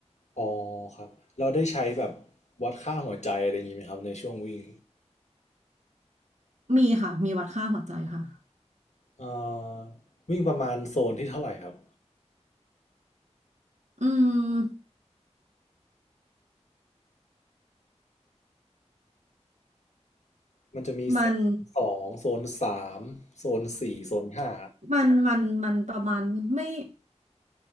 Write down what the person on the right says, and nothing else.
มีค่ะมีวัดค่าหัวใจค่ะ
อืม
มัน มันมันมันประมาณไม่